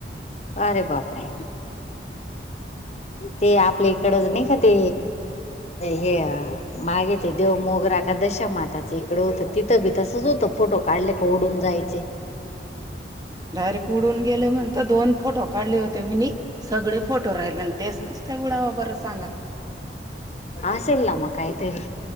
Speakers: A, on the left (about 35°); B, on the right (about 20°).
A: अरे बापरे. ते आपल्या इकडंच नाही का ते हे अ मागे ते देव मोगरा का दशामाताचं, इकडं होतं तिथं बी तसंच होतं फोटो काढले फोडून जायचे.
B: डायरेक्ट उडून गेले म्हणता दोन फोटो काढले होते मीनी सगळे फोटो राहिले आणि तेच कसं काय उडावं बरं सांगा.
A: आसेल ना म कायतरी.